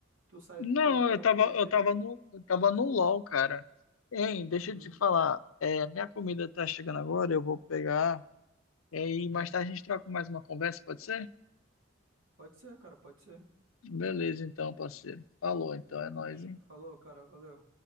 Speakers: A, on the right; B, on the left.
A: tu saiu,
B: Não,
A: pro- parou
B: eu tava,
A: com o PB?
B: eu tava no, eu tava no LOL, cara. Hein, deixa
A: Uhum,
B: eu te falar, é, minha comida tá chegando agora, eu vou pegar é, e
A: uhum.
B: mais tarde a gente troca mais uma conversa, pode ser?
A: Pode ser, cara, pode ser.
B: Beleza, então, parceiro. Falou, então, é nóis,
A: Fechou.
B: hein?
A: Falou, cara, valeu.